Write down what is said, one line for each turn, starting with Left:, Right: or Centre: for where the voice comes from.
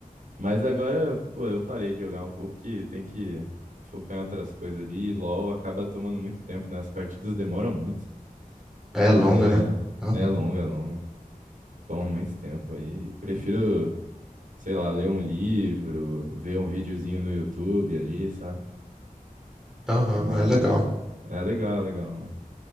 Right: Mas agora, pô, eu parei de jogar um pouco que tem que focar em outras coisas ali. E LoL acaba tomando muito tempo, né? As partidas demoram muito. Aí
Centre: É longa,
Right: é,
Centre: né? Aham,
Right: é longa, é longa. Toma muito tempo aí. Prefiro, sei lá, ler um livro, ver um videozinho no YouTube ali, sabe?
Centre: Aham,
Right: Mas
Centre: é legal.
Right: é legal, legal. mano.